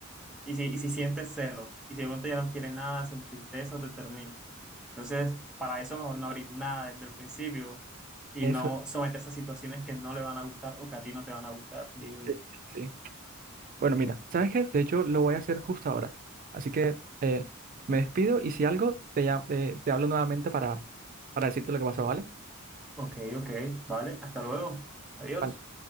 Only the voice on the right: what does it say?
eso,
sí, sí, sí. Bueno, mira, ¿sabes qué? De hecho, lo voy a hacer justo ahora. Así que eh, me despido y si algo, te, llam- eh, te hablo nuevamente para, para decirte lo que pasó, ¿vale?
Vale.